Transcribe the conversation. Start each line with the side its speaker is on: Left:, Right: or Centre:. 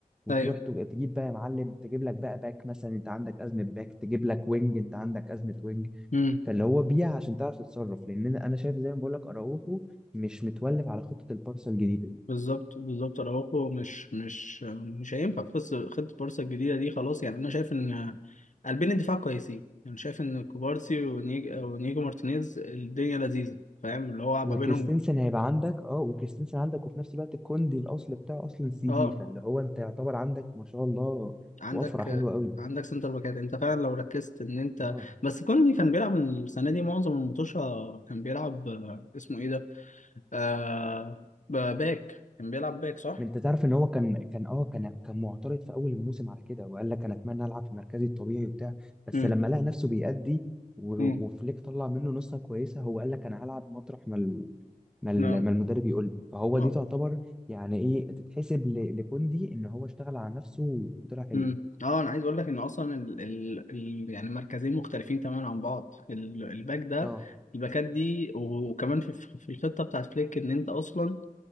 Centre: وتروح
Left: ايوه
Centre: تج- تجيب بقى يا معلم تجيب لك بقى باك مثلا انت عندك ازمه باك تجيب لك وينج انت عندك ازمه وينج
Left: مم.
Centre: فاللي هو بيع عشان تعرف تتصرف لان انا أنا شايف زي ما بقول لك اراوخو مش متولف على خطه البارسا الجديده دي
Left: بالظبط بالظبط اراوخو مش مش مش هينفع في خص- خطه بارسا الجديده دي خلاص يعني انا شايف ان قلبين الدفاع كويسين يعني شايف ان كوبارسي ونيج... ونيجو مارتينيز الدنيا لذيذه فاهم اللي هو
Centre: وكريستنسن
Left: ما بينهم
Centre: هيبقى عندك اه وكريستنسن عندك وفي نفس الوقت الكوندي الاصل بتاعه اصلا سي
Left: اه
Centre: بي فاللي هو انت يعتبر عندك ما شاء الله
Left: عندك
Centre: وفره حلوه قوي
Left: عندك سنتر باكات انت فعلا لو ركزت ان انت
Centre: اه
Left: بس كوني كان بيلعب السنه دي معظم المطوشه كان بيلعب آه، اسمه ايه ده آه باك كان بيلعب باك صح؟
Centre: ما انت تعرف ان هو كان كان اه كان كان معترض في اول الموسم على كده وقال لك انا اتمنى العب في مركزي الطبيعي وبتاع بس
Left: امم
Centre: لما لقى نفسه بيأدي و-
Left: امم
Centre: وفليك طلع منه نسخه كويسه هو قال لك انا هلعب مطرح ما ال- ما ال-
Left: نعم
Centre: ما المدرب يقول لي فهو
Left: نعم
Centre: دي تعتبر يعني ايه تتحسب ل- لكوندي ان هو اشتغل على نفسه وطلع حلو
Left: امم اه انا عايز اقول لك ان اصلا ال... ال... ال... يعني مركزين مختلفين تماما عن بعض ال... الباك ده
Centre: اه
Left: الباكات دي وكمان في في الخطه بتاعت فليك ان انت اصلا